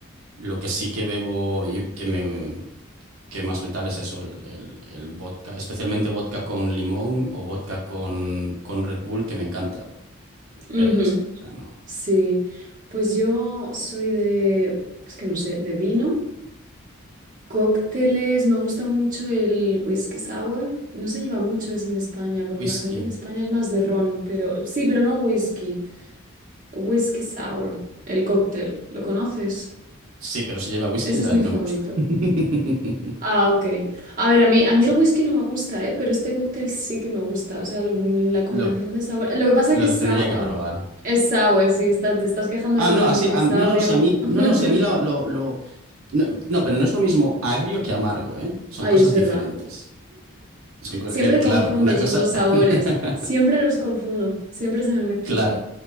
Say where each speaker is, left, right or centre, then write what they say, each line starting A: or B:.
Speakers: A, on the right; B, on the right.
A: Lo que sí que bebo y que me que más me tal es eso, el, el- el vodka, especialmente vodka con limón o vodka con, con Red Bull, que me encanta.
B: ujú,
A: Pero ya está. O sea, no.
B: Sí. Pues yo soy de, es que no sé, de vino. Cócteles, me gusta mucho el whisky sour. No se lleva mucho eso en España, porque
A: Whisky.
B: la gente en España es más de ron, pero sí, pero no whisky. Whisky sour, el cóctel, ¿lo conoces?
A: Sí, pero si lleva whisky,
B: Ese
A: no
B: es mi
A: no
B: favorito.
A: me gusta. <laughs>
B: Ah, ok. A ver, a mí, a mí
A: Sí,
B: el whisky no me gusta, ¿eh? Pero este cóctel sí que me gusta. O sea, el- la combinación
A: lo,
B: de sabor. Lo que pasa
A: lo
B: es que es
A: tendría
B: sour.
A: que probar.
B: Es sour, sí, está, te estás quejando
A: Ah,
B: del
A: no,
B: vino
A: así,
B: porque
A: a-
B: es
A: no,
B: agrio.
A: no, si a mí, no,
B: <laughs>
A: no, si a mí lo, lo- lo- no, no, pero no es lo mismo agrio que amargo, ¿eh? Son
B: Ay,
A: cosas
B: es verdad.
A: diferentes. Son, co- el-
B: Siempre
A: claro,
B: confundo
A: una
B: esos
A: cosa,
B: dos sabores.
A: <laughs>
B: Siempre los confundo. Siempre se me mezclan.
A: claro.